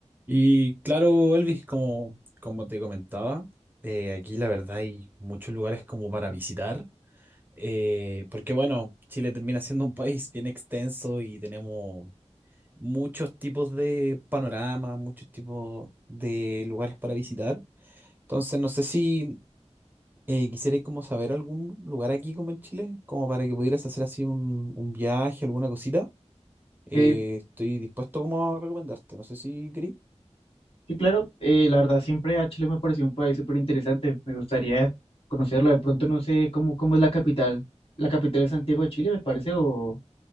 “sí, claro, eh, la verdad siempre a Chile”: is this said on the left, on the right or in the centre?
Left